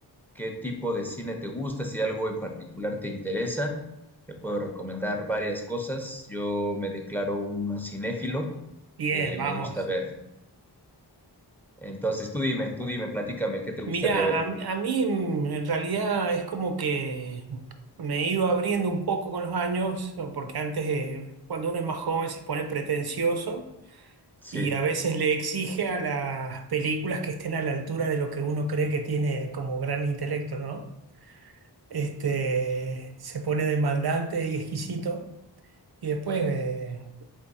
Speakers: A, in the centre; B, on the right (about 65°).
A: qué tipo de cine te gusta, si algo en particular te interesa. Te puedo recomendar varias cosas. Yo me declaro un cinéfilo,
B: Bien,
A: eh,
B: vamos.
A: me gusta ver. Entonces, tú dime, tú dime, platícame, ¿qué te
B: Mirá,
A: gustaría ver?
B: a, a mí mm, en realidad es como que me he ido abriendo un poco con los años, porque antes, eh, cuando uno es más joven, se pone pretencioso.
A: Sí,
B: y a veces le exige a las películas que estén a la altura de lo que uno cree que tiene como gran intelecto, ¿no? Este, se pone demandante y exquisito y después eh,